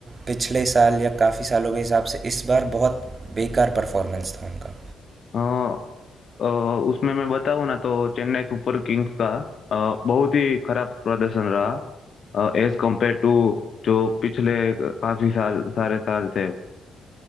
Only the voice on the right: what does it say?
पिछले साल या काफ़ी सालों के हिसाब से इस बार बहुत बेकार परफॉर्मेंस था उनका